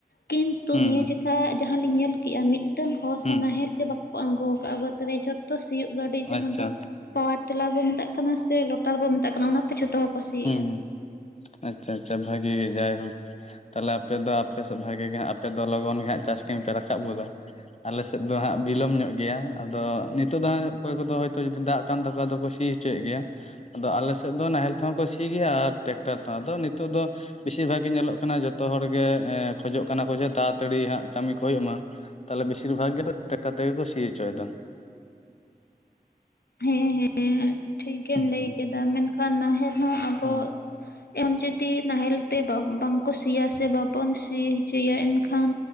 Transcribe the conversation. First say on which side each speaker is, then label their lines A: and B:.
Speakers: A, on the left (about 85°); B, on the left (about 45°).
A: ᱠᱤᱱᱛᱩ
B: ᱦᱩᱸ
A: ᱱᱤᱭᱟᱹ
B: ᱦᱩᱸ
A: ᱪᱮᱠᱟ ᱡᱟᱦᱟᱸ ᱞᱤᱧ ᱧᱮᱞ ᱠᱮᱜᱼᱟ ᱢᱤᱫᱴᱟᱝ ᱦᱚᱲ
B: ᱦᱩᱸ
A: ᱦᱚᱸ ᱱᱟᱦᱮᱞ ᱜᱮ ᱵᱟᱠᱩ ᱠᱚ ᱟᱬᱜᱚ ᱟᱠᱟᱫᱼᱟ ᱵᱟᱹᱫᱽ ᱨᱮ ᱡᱚᱛᱚ ᱥᱤᱭᱳᱜ ᱜᱟᱹᱰᱤ ᱡᱟᱦᱟᱸ
B: ᱟᱪᱪᱷᱟ
A: ᱫᱚ ᱯᱟ ᱴᱮᱞᱟᱨ ᱵᱚ ᱢᱮᱛᱟᱜ ᱠᱟᱱᱟ ᱥᱮ ᱞᱚᱴᱟᱨ ᱵᱚ ᱢᱮᱛᱟᱜ ᱠᱟᱱᱟ ᱚᱱᱟᱛᱮ ᱡᱚᱛᱚ ᱦᱚᱲ ᱠᱚ ᱥᱤᱭᱮᱜᱼᱟ
B: ᱦᱩᱸ ᱟᱪᱷᱟ ᱟᱪᱷᱟ ᱵᱷᱟᱹᱜᱤ ᱡᱟᱭ ᱦᱳᱠ ᱛᱟᱦᱚᱞᱮ ᱟᱯᱮ ᱫᱚ ᱟᱯᱮᱥᱮᱫ ᱵᱷᱟᱹᱜᱤ ᱜᱮ ᱟᱯᱮ ᱫᱚ ᱞᱚᱜᱚᱱ ᱜᱮ ᱦᱟᱸᱜ ᱪᱟᱥ ᱠᱟᱹᱢᱤ ᱯᱮ ᱨᱟᱠᱟᱵ ᱜᱚᱫᱟ ᱟᱞᱮᱥᱮᱫ ᱫᱚ ᱦᱟᱸᱜ ᱵᱤᱞᱚᱢ ᱧᱚᱜ ᱜᱮᱭᱟ ᱟᱫᱚ ᱱᱤᱛᱚᱜ ᱫᱚ ᱦᱜ ᱚᱠᱚᱭ ᱠᱚᱫᱚ ᱦᱚᱭᱛᱚ ᱡᱫᱤ ᱫᱟᱜ ᱠᱟᱱ ᱛᱟᱠᱚᱣᱟ ᱟᱫᱚ ᱥᱤᱴᱹᱹ ᱢᱩᱪᱮᱫ ᱜᱮᱭᱟ ᱟᱫᱚ ᱟᱞᱮᱥᱮᱫ ᱫᱚ ᱱᱟᱦᱮᱞ ᱛᱮᱦᱚᱸ ᱠᱚ ᱥᱤ ᱜᱮᱭᱟ ᱟᱨ ᱴᱮᱠᱴᱟᱨ ᱛᱮᱦᱚᱸ ᱟᱫᱚ ᱱᱤᱛᱚᱜ ᱫᱚᱹᱹ ᱵᱮᱥᱤ ᱵᱷᱟᱜᱤ ᱧᱮᱞᱚᱜ ᱠᱟᱱᱟ ᱡᱚᱛᱚ ᱦᱚᱲᱜᱮ ᱠᱷᱚᱡᱚᱜ ᱠᱟᱱᱟ ᱠᱚ ᱡᱮ ᱛᱟᱲᱟ ᱛᱟᱲᱤ ᱦᱜ ᱠᱟᱹᱢᱤ ᱠᱚ ᱦᱩᱭᱩᱜ ᱢᱟ᱾ ᱛᱟᱦᱚᱞᱮ ᱵᱮᱥᱤᱨ ᱵᱷᱟᱜ ᱜᱮ ᱴᱨᱟᱠᱴᱟᱨ ᱛᱮᱜᱮ ᱠᱚ ᱥᱤ ᱦᱚᱪᱚᱭᱮᱫᱟ᱾
A: ᱦᱮᱸ ᱦᱮᱸ ᱴᱷᱤᱠ ᱜᱮᱢ ᱞᱟᱹᱭ
B: ᱦᱩᱸ
A: ᱠᱮᱫᱟ ᱢᱮᱱᱠᱷᱟᱱ ᱱᱟᱦᱮᱞ ᱦᱚᱸ ᱟᱵᱚ
B: ᱦᱩᱸ
A: ᱮᱢ ᱡᱚᱫᱤ ᱱᱟᱦᱮᱞ ᱛᱮ ᱵᱟᱝᱠᱚ ᱥᱤᱭᱟ ᱥᱮ ᱵᱟᱵᱚᱱ ᱥᱤ ᱦᱚᱪᱚᱭᱟ ᱮᱱᱠᱷᱟᱱ